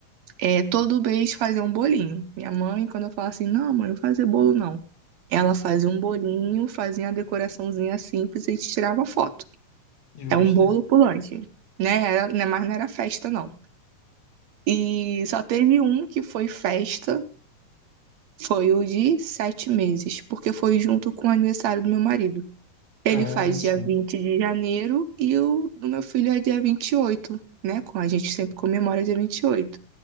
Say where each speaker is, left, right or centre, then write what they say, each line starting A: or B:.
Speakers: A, on the right (about 70°); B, on the left (about 65°).
A: é, todo mês fazia um bolinho. Minha mãe, quando eu falo assim, não, mãe, não fazer bolo não. Ela fazia um bolinho, fazia uma decoraçãozinha simples e a gente tirava foto.
B: justo.
A: É um bolo pulante, né? Era, né, mas não era festa, não. E só teve um que foi festa, foi o de sete meses, porque foi junto com o aniversário do meu marido. Ele
B: Ah,
A: faz
B: sim.
A: dia 20 de janeiro e o do meu filho é dia 28, né? Com a gente sempre comemora dia 28.